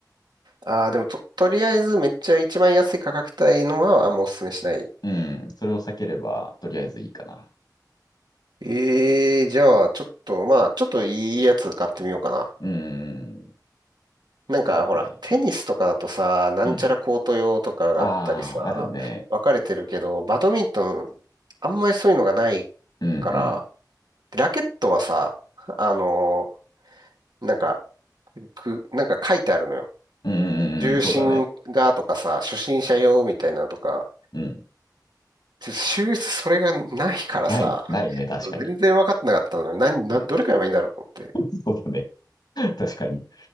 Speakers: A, on the right; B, on the left.
A: ああ、でもと、とりあえずめっちゃ一番安い価格帯のはあんまおすすめしない。
B: うん。それを避ければ、とりあえずいいかな。
A: ええじゃあ、ちょっと、まあ、ちょっといいやつ買ってみようかな。
B: うん。
A: なんか、
B: そうだね。
A: ほら、テニスとかだとさ、なんちゃらコート用とかがあったりさ、
B: うん。ああ、あるね。
A: 分かれてるけど、バドミントン、あんまりそういうのがない
B: うんうん
A: から、ラケットはさ、あのーなんか、く、なんか書いてあるのよ。
B: うんうんうん、
A: 重心がとかさ、
B: そうだね。
A: 初心者用みたいなのとか、
B: うん。
A: 修正それがないからさ、
B: ない、ないね、確かに。
A: 全然分かってなかったのよ。何、な、
B: うん。
A: どれ買えばいいんだろうと思って。
B: <laughs> そうだね。<laughs> 確かに。